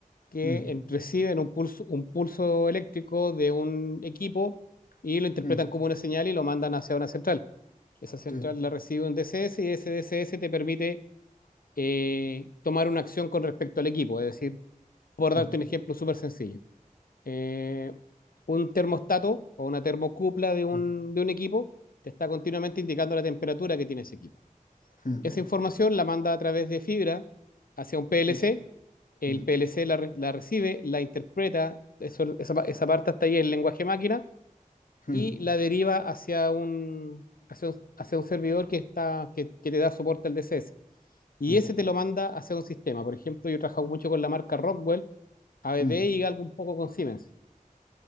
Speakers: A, on the left; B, on the left.
A: que
B: Mm,
A: en- reciben un pulso, un pulso eléctrico de un equipo y lo interpretan
B: mm,
A: como una señal y lo mandan hacia una central. Esa central
B: sí,
A: la recibe un DCS y ese DCS te permite eh, tomar una acción con respecto al equipo, es decir, por darte
B: mm,
A: un ejemplo súper sencillo, eh, un termostato o una termocupla de un,
B: mm,
A: de un equipo te está continuamente indicando la temperatura que tiene ese equipo.
B: mm,
A: Esa información la manda a través de fibra hacia un PLC,
B: sí,
A: el
B: mm,
A: PLC la, re- la recibe, la interpreta, eso- esa, esa parte hasta ahí es lenguaje máquina,
B: mm,
A: y la deriva hacia un, hacia un, hacia un servidor que, está, que, que te da soporte al DCS. Y
B: mm,
A: ese te lo manda hacia un sistema. Por ejemplo, yo he trabajado mucho con la marca Rockwell, ABB
B: mm.
A: y algo un poco con Siemens.